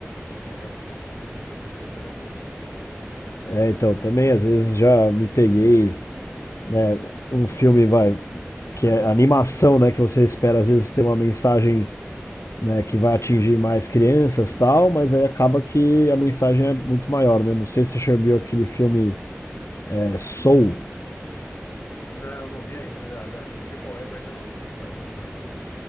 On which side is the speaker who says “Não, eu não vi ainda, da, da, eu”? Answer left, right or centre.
Left